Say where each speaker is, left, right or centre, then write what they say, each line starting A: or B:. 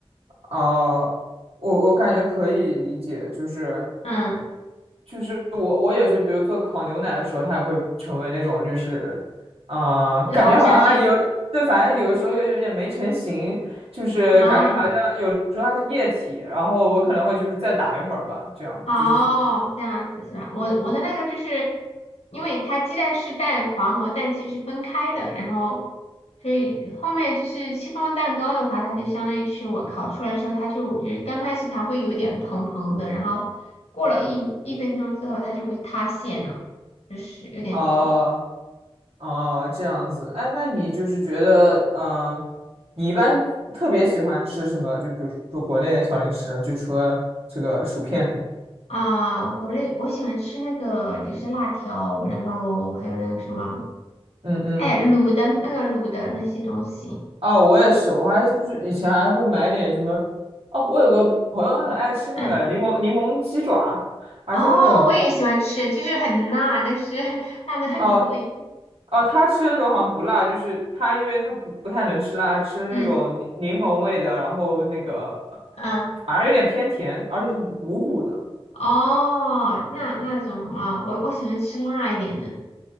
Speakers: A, on the right; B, on the left.
A: 啊，我我感觉可以理解，就是
B: 嗯，
A: 就是我我也是，比如做烤牛奶的时候，它也会成为那种就是，嗯、
B: 就凹下去
A: 感觉好像还有对，反正有的时候又有点没成型，就是感觉好像有时候还是液体，
B: 啊，
A: 然后我可能会就是再打一会儿吧，这样就是在
B: 哦，这样子是吧？我我的那个就是，因为它鸡蛋是蛋黄和蛋清是分开的，然后所以后面就是戚风蛋糕的话，它就相当于就是我烤出来之后，它就就觉得刚开始它会有点蓬蓬的，然后过了一一分钟之后，它就会塌陷了，就是有点苦
A: 啊啊、这样子。哎，那你就是觉得，嗯、你一般特别喜欢吃什么？就比如说国内的小零食呢就除了这个薯片什么的，
B: 啊。国内我喜欢吃那个就是辣条，然后还有那个什么，
A: 嗯嗯
B: 哎，卤的那个卤的那些东西。
A: 哦，我也是，我还就是以前还会买点什么，哦，我有个朋友他很爱吃那个柠檬柠檬鸡爪，
B: 嗯
A: 还是那种无，
B: 哦，我也喜欢吃，就是很辣，但是 <laughs> 辣的很过瘾。
A: 哦哦，他吃的那种好像不辣，就是他因为他不不太能吃辣，他吃的那种柠柠檬味的，
B: 嗯
A: 然后那个
B: 嗯，
A: 反而有点偏甜，而且是无骨的。
B: 哦，那那种啊、我我喜欢吃辣一点的。